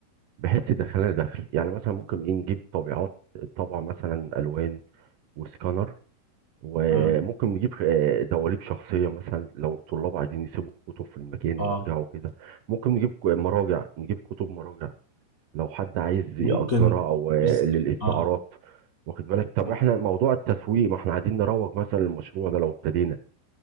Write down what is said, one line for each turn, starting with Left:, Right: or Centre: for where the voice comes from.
Right: بحيث تدخلنا دخل يعني مثلا ممكن ايه نجيب طبيعات طبعا مثلا الوان وسكانر وممكن
Left: مم.
Right: نجيب آه، دواليب شخصيه مثلا لو الطلاب عايزين يسيبوا الكتب في المكان
Left: اه
Right: ويرجعوا كده ممكن نجيب ك- مراجع نجيب كتب مراجع لو حد عايز
Left: ممكن
Right: يأجرها او آه،
Left: بس
Right: للاستعارات
Left: اه
Right: واخد بالك طب
Left: م-
Right: احنا موضوع التسويق ما احنا عايزين نروج مثلا للمشروع ده لو ابتدينا